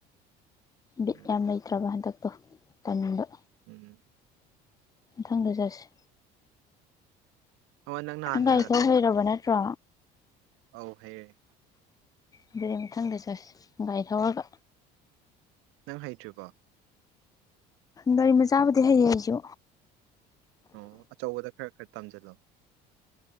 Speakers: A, on the right; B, on the left.
A: ꯎꯝ
B: ꯕꯤꯠ ꯌꯥꯝ ꯂꯩꯇ꯭ꯔꯕ ꯍꯟꯗꯛꯇꯣ ꯇꯟꯕ꯫
A: ꯎꯝ꯫
B: ꯃꯊꯪꯗ ꯆꯠꯁꯤ꯫
A: ꯑꯃ ꯅꯍꯥꯟꯅ
B: ꯅꯪ ꯒꯥꯔꯤ ꯊꯧ ꯍꯩꯔꯕ ꯅꯠꯇ꯭ꯔꯣ꯫
A: ꯑꯧ ꯍꯥꯏꯌꯦ
B: ꯑꯗꯨꯗ ꯃꯊꯪꯗ ꯆꯖꯁ ꯒꯥꯏ ꯊꯧꯔꯒ
A: ꯅꯪ ꯍꯩꯇꯨꯀꯣ
B: ꯒꯥꯔꯤꯃꯆꯥꯕꯨꯗꯤ ꯍꯩꯌꯦ ꯑꯩꯁꯨ
A: ꯑꯣ ꯑꯆꯧꯕꯗ ꯈꯔ ꯈꯔ ꯇꯝꯖꯜꯂꯣ